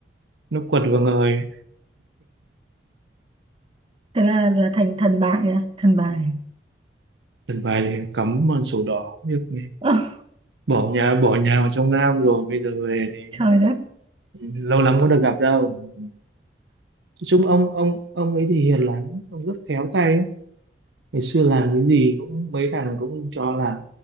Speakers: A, on the right; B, on the right.
A: nó quật vào người
B: thế là là thành thần bài à thần bài
A: lần bài thì cắm vào sổ đỏ việc này.
B: <laughs>
A: bỏ nhà bỏ nhà vào trong Nam rồi bây giờ về thì
B: trời đất
A: lâu lắm có được gặp đâu nói chung ông ông ông ấy thì hiền lành lắm, ông rất khéo tay ấy. ngày xưa làm cái gì cũng mấy thằng cũng cho làm